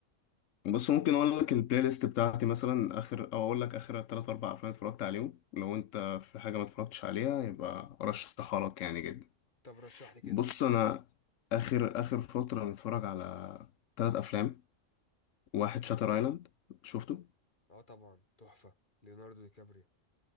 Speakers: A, on the left (about 75°); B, on the left (about 40°).
A: بص ممكن اقول لك البلاي ليست بتاعتي مثلا اخر او اقول لك اخر تلات اربع افلام اتفرجت عليهم لو انت في حاجه ما اتفرجتش عليها يبقى ارشحها لك يعني جدا
B: طب رشح لي كده
A: بص انا اخر اخر فتره متفرج على تلات افلام واحد شاتر ايلاند شفته
B: أه طبعا تحفة ليوناردو دي كابريو